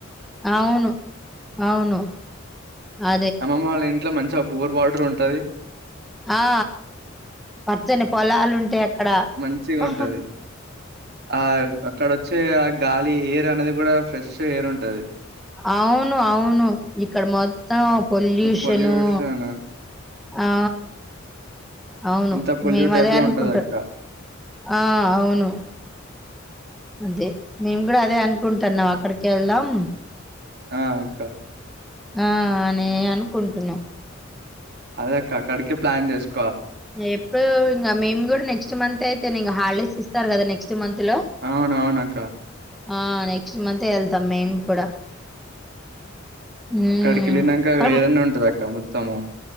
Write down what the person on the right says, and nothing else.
అమ్మమ్మ వాళ్ళింట్లో మంచిగా బోర్ వాటర్ ఉంటది
మంచిగా
ఉంటది ఆ అక్కడ వచ్చే ఆ గాలి ఎయిర్ అనేది కూడా ఫ్రెష్ ఏరుంటది
పొల్యూషన్
అంతా పొల్యూట్
అయిపోయి
ఉంటది అక్క
ఆ అక్క
అదే అక్క అక్కడికే ప్లాన్ చేసుకో
అవునవును అక్క
అక్కడ వెళ్ళినంక
వేరేనే ఉంటది అక్క మొత్తం తమ్ము